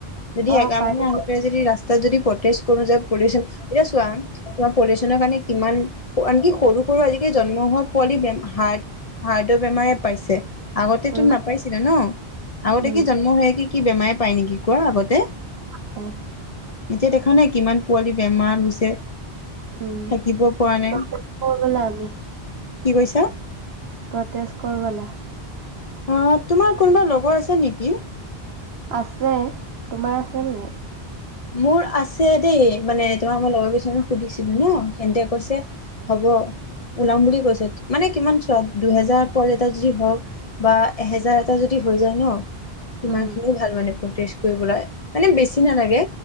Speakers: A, on the left; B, on the right.
A: যদি
B: অ',
A: এগাল
B: পাৰি,
A: মানে আহি পৰে যদি ৰাস্তা ত যদি প্ৰটে কোনো যায় পলিউচন, এতিয়া চোৱা তোমাৰ পলিউচনৰ কাৰণে কিমান, আনকি সৰু সৰু আজিকালি জন্ম হোৱা পোৱালি বে হাৰ্ট-হাৰ্টৰ বেমাৰে পাইছে। আগতেতো
B: উম।
A: নাপাইছিলে ন, আগতে
B: উম
A: কি জন্ম হৈয়েই কি কি বেমাৰে পায় নেকি কোৱা আগতে,
B: পাই
A: এতিয়া দেখা নাই কিমান পোৱালি বেমাৰ হৈছে
B: ওম
A: থাকিব পৰা নাই
B: কৰিবলে আমি।
A: কি কৈছা?
B: প্ৰটেছ কৰো বলা।
A: অ তোমাৰ কোনোবা লগৰ আছে নেকি?
B: আছে, তোমাৰ আছে নে নাই?
A: মোৰ আছে দেই মানে তোমাৰ মই লগৰ কিছুমান সুধিছিলো ন তেন্তে কৈছে হ'ব ওলাম বুলি কৈছে মানে কিমান চোৱা দুহেজাৰ পোৱালি এটা যদি হওক বা এহেজাৰ এটা যদি হৈ যায় ন ইমান
B: উম
A: খিনিও ভাল মানে প্ৰতি ফুৰিবলৈ মানে বেছি নালাগে।